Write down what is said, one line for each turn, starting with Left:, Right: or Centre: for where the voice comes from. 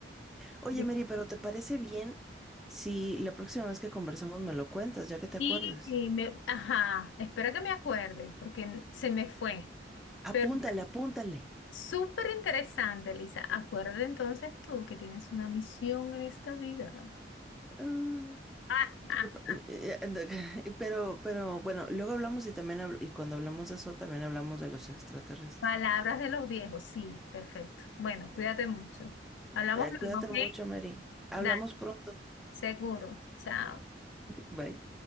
Centre: oye,
Left: De-
Centre: Mary, pero ¿te parece bien si la próxima vez que conversemos me lo cuentas, ya que te
Left: Y
Centre: acuerdes?
Left: me, ajá, espera que me acuerde, porque se me fue. Pero
Centre: Apúntale, apúntale.
Left: súper interesante, Lisa. Acuérdate entonces tú que tienes una misión en esta vida.
Centre: Ah,
Left: <laughs>
Centre: yo pa- eh, eh, eh, <laughs> pero, pero bueno, luego hablamos y también habl- y cuando hablamos de eso también hablamos de los extraterrestres.
Left: Palabras de los viejos, sí, perfecto. Bueno, cuídate mucho. Hablamos
Centre: Eh, cuídate
Left: luego, ¿ok?
Centre: mucho, Mary. Hablamos
Left: Dale,
Centre: pronto.
Left: seguro. Chao.
Centre: Bye.